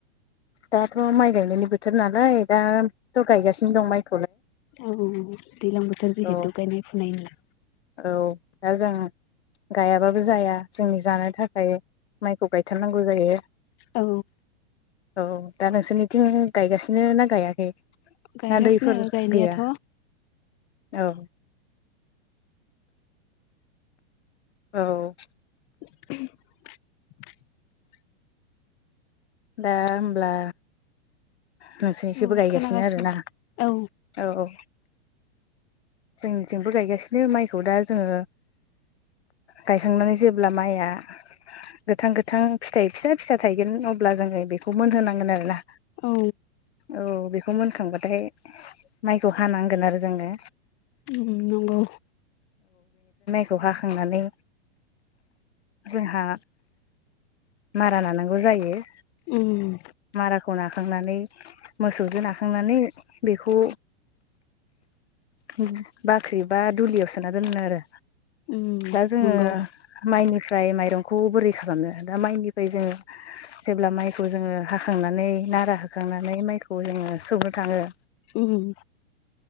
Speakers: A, on the left (about 75°); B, on the left (about 35°).
A: दाथ' माइ गायनायनि बोथोर नालाय दा थ' गायगासिनो दं माइ।
B: औ दैलां बोथोर जिहेतु
A: औ
B: गायनाय फुनाय नि।
A: औ दा जों गायाबाबो जाया। जों जानो थाखाय माइखौ गायथारनांगौ जायो।
B: औ
A: औ दा नोंसोरनिथिं गायगासिनो ना गायाखै?
B: गायगासिनो
A: ना दैफोर
B: गायनायाथ'
A: गैया? औ। औ।
B: <unintelligible>
A: दा होमब्ला। नोंसोरनिखैबो
B: औ
A: गायगासिनो
B: खोनागासिनो
A: आरोना?
B: औ
A: औ-औ। जोंनिजोंबो गायगासिनो माइखौ दा जोङो गायखांनानै जेब्ला माइआ गोथां-गोथां फिथाइ फिसा-फिसा थायगोन अ अब्ला जोङो बेखौ मोनहोनांगोन। आरोना?
B: औ।
A: औ बेखौ मोनखांबाथाय माइखौ हानांगोन आरो जोङो।
B: ओम नंगौ।
A: जहाखांनानै जोंहा मारा नानांगौ जायो
B: ओम
A: माराखौ नाखांनानै मोसौजों नाखांनानै बेखौ ओ बाख्रि बा दुलियाव सोना दोनो आरो
B: उम
A: दा जोङो
B: नंगौ
A: माइनिफ्राय माइरंखौ बोरै खालामनो दा माइनिफ्राय जोङो जेब्ला माइखौ जोङो हाखांनानै नारा होखांनानै माइखौ जोङो सौनो थाङो
B: उम